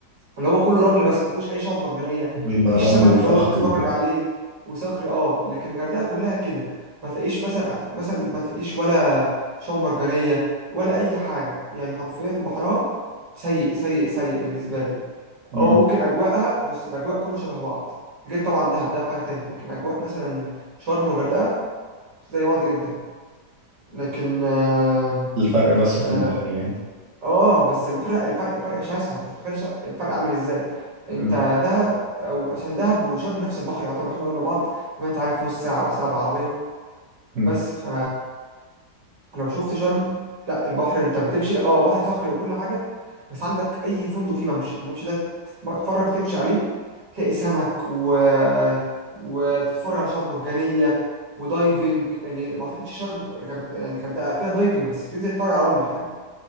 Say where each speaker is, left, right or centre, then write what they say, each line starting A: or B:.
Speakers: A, on the right; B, on the right.
A: اللي هو كله رمل بس ما فيهوش اي شعاب مرجانيه
B: بيبقى
A: ما فيش
B: رمل
A: سمك
B: وصخر
A: اللي هو تتفرج
B: وكده
A: عليه وصخري اه لكن الغردقه كلها كده ما تلاقيش مثلا مثلا ما تلاقيش ولا شعاب مرجانيه ولا اي حاجه يعني حرفيا بحرها سيء سيء سيء بالنسبه لي
B: مم.
A: اه ممكن اجواءها بص الاجواء كله شبه بعض غير طبعا دهب دهب حاجه تانية لكن اجواء مثلا شرم والغردقه زي بعض جدا لكن آه
B: الفرق بس
A: آه،
B: في البحر يعني
A: اه بس البحر لا الفرق فرق شاسع انت مش متخيل الشرق- الفرق عامل ازاي انت
B: مم.
A: دهب او عشان دهب وشرم نفس البحر يعتبر عشان جنب بعض زي ما انت عارف نص ساعه او ساعه بالعربيه
B: مم.
A: بس ف لو شفت شرم لا البحر انت بتمشي اه بحر صخري وكل حاجه بس عندك اي فندق فيه ممشى الممشى ده تتم- تتفرج تمشي عليه تلاقي سمك و... وتتفرج على شعاب مرجانيه ودايفنج يعني ما اعتقدش شرم غرد- يعني غردقه فيها دايفنج بس بتنزل تتفرج على رمل فاهم